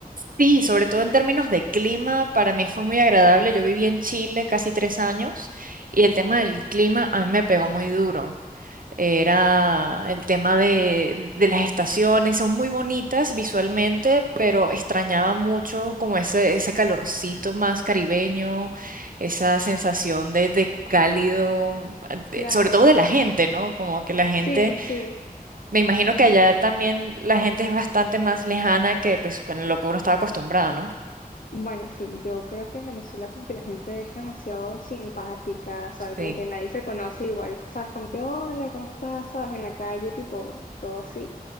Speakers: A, on the right; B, on the left.
A: Sí, sobre todo en términos de clima, para mí fue muy agradable. Yo viví en Chile casi tres años y el tema del clima a mí me pegó muy duro. Era el tema de, de las estaciones, son muy bonitas visualmente, pero extrañaba mucho como ese, ese calorcito más caribeño, esa sensación de, de cálido,
B: Claro.
A: eh, sobre todo de la gente, ¿no? Como que la gente,
B: Sí, sí.
A: me imagino que allá también la gente es bastante más lejana que pues con lo que uno estaba acostumbrado, ¿no?
B: Bueno, sí, yo creo que en Venezuela como que la gente es demasiado simpática, ¿sabes?
A: Sí,
B: Como que nadie se conoce igual, ¿sabes? Como que, hola, ¿cómo estás? ¿Sabes? En la calle, tipo, todo así.